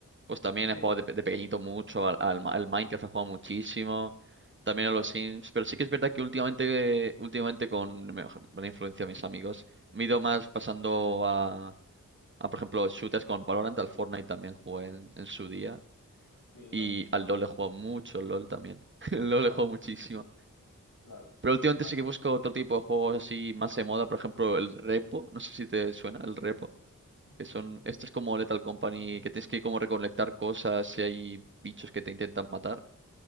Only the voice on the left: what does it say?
sí,
claro,
sí, yo
también,
claro,
claro.
Ah,
mm,